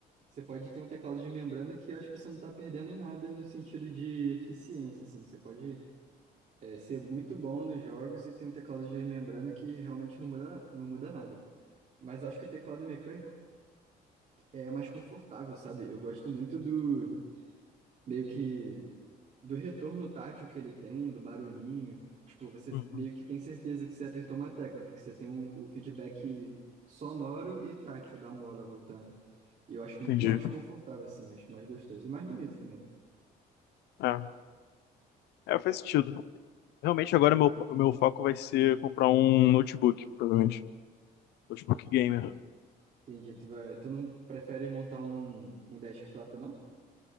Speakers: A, on the right (about 45°); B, on the left (about 80°).
A: você pode ter um teclado de membrana que eu acho que você não tá perdendo nada no sentido de eficiência, assim. Você pode, é, ser muito bom nos jogos e ter um teclado de membrana que realmente não muda, não muda nada. Mas eu acho que o teclado mecânico é mais confortável, sabe? Eu gosto muito do meio que do retorno tátil que ele tem, do barulhinho. Tipo, você
B: Uhum.
A: meio que tem certeza que você apertou uma tecla, porque você tem um- o feedback sonoro e tátil da mola voltando. E eu acho muito
B: Entendi.
A: mais confortável, assim, acho mais gostoso. E mais bonito também.
B: É. É, faz sentido. Realmente agora o meu, o meu foco vai ser comprar um notebook, provavelmente. Notebook gamer.
A: Entendi. Tu vai, tu não prefere montar um, um desktop, não?